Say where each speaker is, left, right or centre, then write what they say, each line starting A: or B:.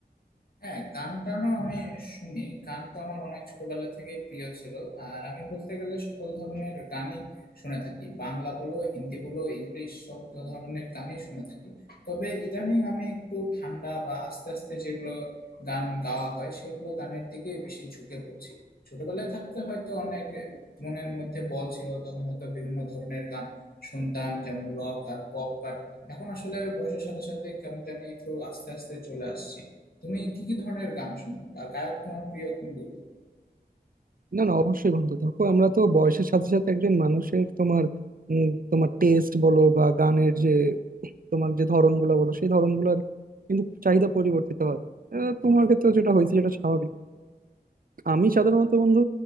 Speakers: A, on the left; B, on the right.
A: হ্যাঁ গান টানও আমি শুনি গান তো আমার অনেক ছোটবেলা থেকে প্রিয় ছিল আর আমি বলতে গেলে সকল ধরনের গানই শুনে থাকি বাংলা বলো হিন্দি বলো ইংলিশ সব ধরনের গানই শুনে থাকি তবে ইদানিং আমি একটু ঠান্ডা বা আস্তে আস্তে যেগুলো গান গাওয়া হয় সেগুলো গানের দিকে বেশি ঝুঁকে পড়ছি ছোটবেলায় থাকতে হয়তো অনেক মনের মধ্যে বল ছিল তখন হয়তো বিভিন্ন ধরনের গান শুনতাম যেমন রক আর পপ আর এখন আসলে বয়সের সাথে সাথে কেমন জানি একটু আস্তে আস্তে চলে আসছি তুমি কি কি ধরনের গান শোনো বা গায়ক তোমার প্রিয় কোনগুলো
B: না না অবশ্যই বন্ধু দেখো আমরা তো বয়সের সাথে সাথে একজন মানুষের তোমার উম, তোমার টেস্ট বলো বা গানের যে তোমার যে ধরনগুলো বলো সেই ধরনগুলোর কিন্তু চাহিদা পরিবর্তিত হয় আহ, তোমার ক্ষেত্রে যেটা হয়েছে সেটা স্বাভাবিক আমি সাধারণত বন্ধু